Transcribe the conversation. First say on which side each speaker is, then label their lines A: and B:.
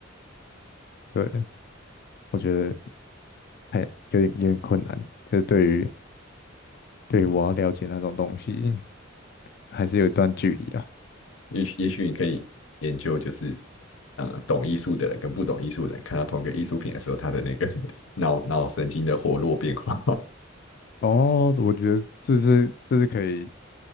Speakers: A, on the left (about 50°); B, on the left (about 85°).
A: <laughs> 对，我觉得还有点有点困难，就是对于对于我要了解那种东西，还是有一段距离啊。
B: 也许也许你可以研究，就是呃，懂艺术的人跟不懂艺术的人看到同一个艺术品的时候，他的那个 <laughs> 脑脑神经的活络变化
A: 哦，我觉得这是这是可以，